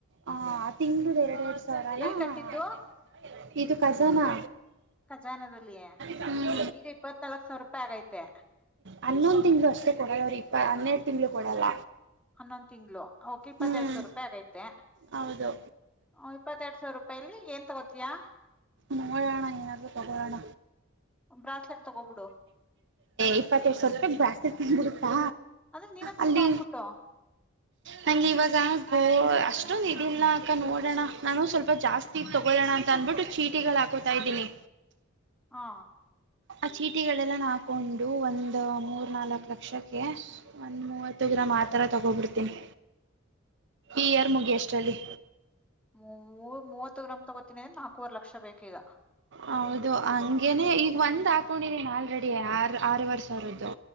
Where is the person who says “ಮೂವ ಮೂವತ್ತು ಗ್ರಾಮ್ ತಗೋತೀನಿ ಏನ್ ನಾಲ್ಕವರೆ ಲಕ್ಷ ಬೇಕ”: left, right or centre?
Centre